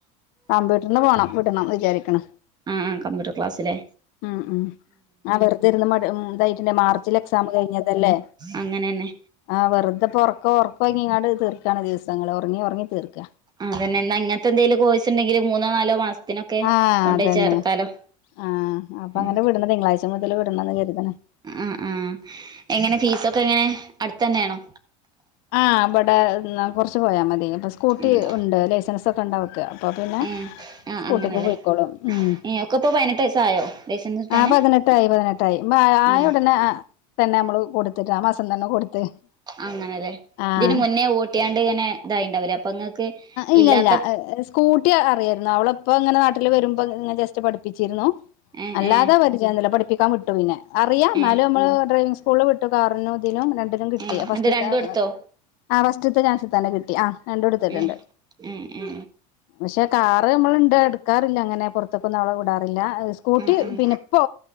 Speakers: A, on the left (about 60°); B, on the right (about 25°).
A: കംബ്യൂട്ടറിന് പോകണം വിടണം വിചാരികണ്
B: ഉം ഉംആ കമ്പ്യൂട്ടർ ക്ലാസ്സിലേ
A: ഉം ഉം ആ വെറുത ഇരുന്ന് മ ഇതായിട്ടന്റെ മാർച്ചിൽ എക്സാം കഴിഞ്ഞതല്ലേ
B: അങ്ങനന്നെ
A: ആഹ് വെറുതപ്പൊ ഒറക്കോ ഒറക്കോ ഇങ്ങ ഇങ്ങാട് തീർക്കാണ് ദിവസങ്ങള് ഒറങ്ങി ഒറങ്ങി തീർക്കാ
B: അതന്നെ എന്നാ ഇങ്ങത്തെന്തെലും കോഴ്സ് ഇണ്ടെങ്കില് മൂന്നോ നാലോ മാസത്തിനോക്കെ
A: ആഹ്
B: കൊണ്ടോയി
A: അതന്നെ
B: ചേർത്താലോ
A: ആഹ് അപ്പോങ്ങനെ
B: ഉം
A: വിട്ന്ന് തിങ്കളാഴ്ച മുതല് വിടണന്ന് കരുതണ്
B: ഉംഉം എങ്ങനെ ഫീസ ഒക്കെ എങ്ങനെ അടുത്തന്നേണോ
A: ആഹ് ഇബടെ കൊറച്ച് പോയാ മതി അപ്പോ സ്കൂട്ടി
B: ഏഹ്
A: ഉണ്ട് ലൈസൻസൊക്കെ ഉണ്ട് അവക്ക് അപ്പോൾ പിന്നെ
B: ഏഹ് ആഹ്
A: സ്കൂട്ടിക്ക്
B: അങ്ങനെല്ലേ
A: പോയിക്കോളും ഉം
B: ഏഹ് ഒക്കെ ഇപ്പൊ പതിനെട്ട് വയസ്സായോ ലൈസൻസ് കിട്ടാന്
A: ആ പതിനെട്ടായി പതിനെട്ട് ടൈമ് ആഹ്‌ ആയ
B: ഏഹ്
A: ഒടനെ തന്നെ നമ്മള് കൊടുത്തിട്ട് ആ മാസം തന്നെ കൊടുത്ത്
B: അങ്ങനെല്ലെ
A: ആഹ്
B: ഇതിന് മുന്നേ വോട്ടിയാണ്ട് ഇങ്ങനെ ഇതായിണ്ടാവില്ലേ അപ്പോ ഇങ്ങക്ക്
A: ഇല്ല
B: ഇല്ലാത്ത
A: ഇല്ല സ്കൂട്ടി അറിയായിരുന്നു അവളിപ്പോ ഇങ്ങനെ നാട്ടിൽ വരുമ്പോനെ ജസ്റ്റ് പഠിപ്പിച്ചിരുന്നു
B: ഏ
A: അല്ലാ
B: ഏ
A: പരിചയ പഠപ്പിക്കാൻ വിട്ടു പിന്നെ അറിയാം എന്നാലും
B: ഏ
A: നമ്മള് ഡ്രൈവിംഗ് സ്കൂളിൽ വിട്ട കാറിനും ഇതിനും രണ്ടിനും കിട്ടി
B: ഏ എന്നിട്ട്
A: ഫസ്റ്റ്ത്തെ
B: രണ്ടും എടുത്തോ
A: ആഹ് ഫസ്റ്റ്ത്തെ ചാൻസ് തന്നെ കിട്ടി ആ് രണ്ടുടുത്തിട്ടുണ്ട്
B: ഏ ഏ ഏ
A: പക്ഷെ കാറ് മ്മൾ ഇണ്ട് എടുക്കാറില്ല അങ്ങനെ പുറ കൊന്നും അവളെ വിടാറില്ല സ്കൂട്ടി
B: ആ ആ
A: പിന്നെ ഇപ്പോ